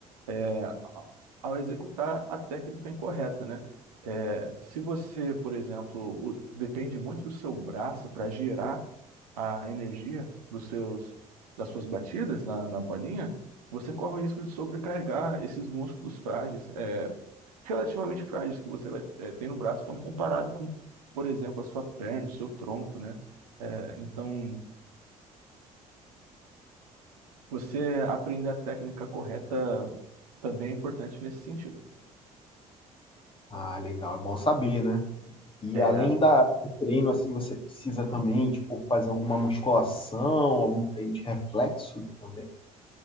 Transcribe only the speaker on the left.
Ah, legal, é bom saber, né? E
além da, do treino, assim, você precisa também, tipo, fazer alguma musculação, algum treino de reflexo também.